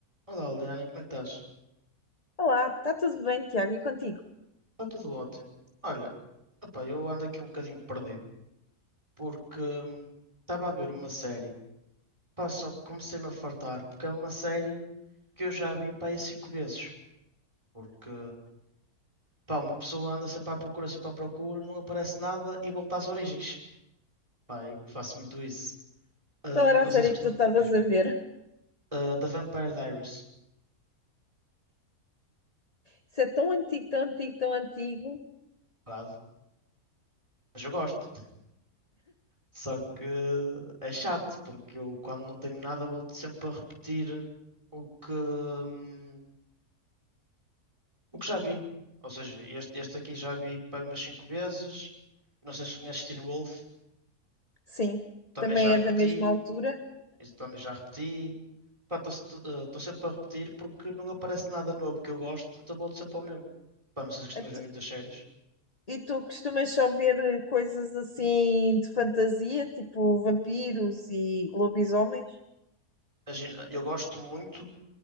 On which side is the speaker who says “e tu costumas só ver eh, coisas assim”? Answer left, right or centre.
Left